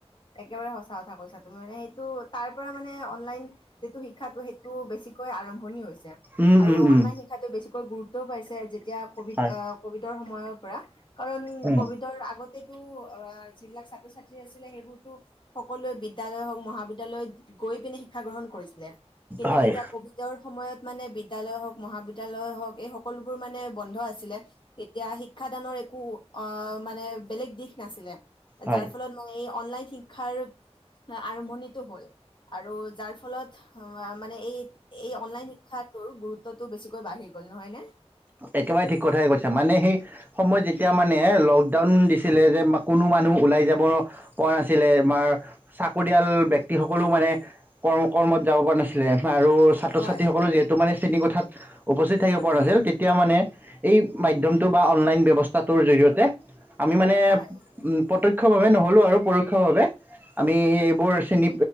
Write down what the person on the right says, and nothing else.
উম
উম উম
হয়
উম
হয়
হয়
একেবাৰে ঠিক কথাই কৈছে মানে সেই সময়ত যেতিয়া মানে লকডাউন দিছিলে যে কোনো মানুহ ওলাই যাব পৰা নাছিলে বাৰ চাকৰিয়াল ব্যক্তিসকলে মানে ক কৰ্মত যাব পৰা নাছিলে, আৰু ছাত্ৰ
ছাত্ৰী সকলো যিহেতু মানে খিনি কথাত উপস্থিত থাকিব পৰা নাছিল এতিয়া মানে এই মাধ্যমটো বা অনলাইন ব্যৱস্থাটোৰ জৰিয়তে, আমি মানে
প্ৰত্যক্ষভাৱে নহয় হ'লোঁ আৰু পৰোক্ষভাৱে আমি এইবোৰ চেণী